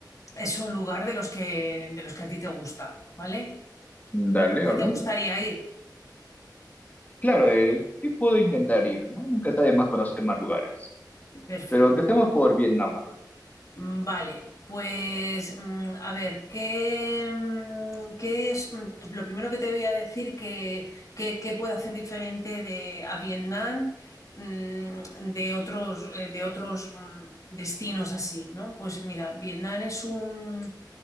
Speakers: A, on the left; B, on the left.
A: es un lugar de los que, de los que a ti te gusta, ¿vale?
B: Dale,
A: Si
B: a ver.
A: te gustaría
B: Claro, eh, ¿qué puedo intentar ir, no? Nunca está de más conocer más lugares.
A: ir,
B: Pero empecemos por Vietnam, a ver.
A: Mm, Vale, pues mm, a ver, ¿qué, mm, qué es mm, lo primero que te voy a decir que, que, que puede hacer diferente de, a Vietnam mm, de otros, eh, de otros mm, destinos así, ¿no? Pues mira, Vietnam es un,